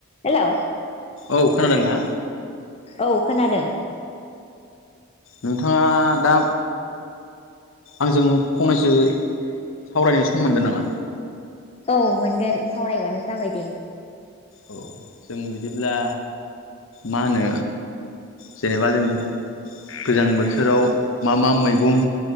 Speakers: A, on the left; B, on the left.
A: Hello
B: औ खोनादों ना?
A: औ खोनादों
B: नोंथाङा दा आंजों फंनैसो सावरायनाय सम मोनगोन नामा?
A: औ मोनगोन सावरायबानो जाबाय दे
B: औ जों बिदिब्ला मा होनो जेनेबा जों गोजां बोथोराव मा मा मैगं